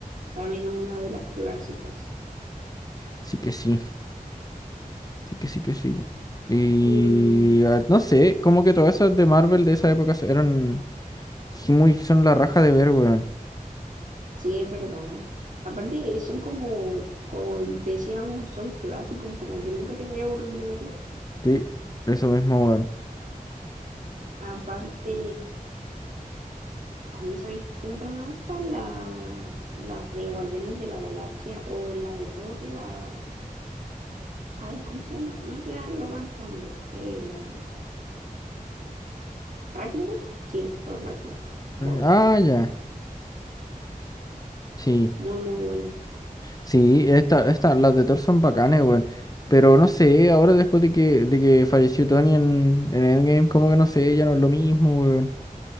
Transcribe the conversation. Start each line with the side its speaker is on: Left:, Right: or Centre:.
Right: También es una de las clásicas.
Left: Sí que sí. Sí que sí que sí. Y
Right: Mm,
Left: ah, no sé, como que todas esas de Marvel de esa época eran sí, muy, son la raja de ver, weón.
Right: sí, es verdad. Aparte, son como, como decíamos, son clásicos, como que nunca te voy a aburrir de verlo.
Left: Sí, eso mismo, weón.
Right: Aparte, A mí, ¿sabéis qué otra me gusta? La, las de Guardianes de la Galaxia o la de Thor, la... Ay, ¿cómo se llama? No es la Love and Thunder, eh, la Ragnarok. Sí, Thor Ragnarok. Muy
Left: Ah,
Right: buena,
Left: ya. Sí.
Right: muy, muy buena.
Left: Sí, esta, esta, las de Thor son bacanes, weón. Pero no sé, ahora después de que, de que falleció Tony en, en Endgame, como que no sé, ya no es lo mismo, weón.